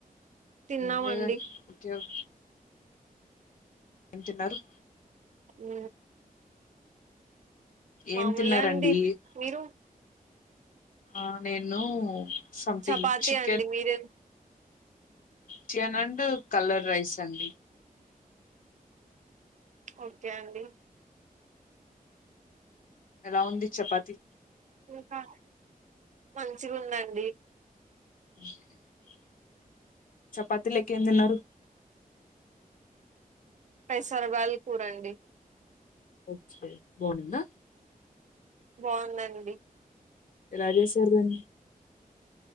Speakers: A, on the right; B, on the left.
A: తిన్నామండి
B: ఏం లేదండి పొట్టిగానే ఏం తిన్నారు
A: ఉ మామూలే
B: ఏం తిన్నారండి
A: అండి మీరు
B: ఆ నేను సథింగ్
A: చపాతి
B: చికెన్
A: అండి మీరే
B: చికెన్ అండ్ కలర్ రైస్ అండి
A: ఓకే అండి
B: ఎలా ఉంది చపాతి
A: ఇంకా మంచిగా ఉందండి
B: పిట్టల సౌండ్ చపాతీలకు ఏం తిన్నారు
A: పైసర బళ్ళు కూర రండి
B: ఓకే బావుందా
A: బాగుందండి
B: ఎలా చేశారు మీరు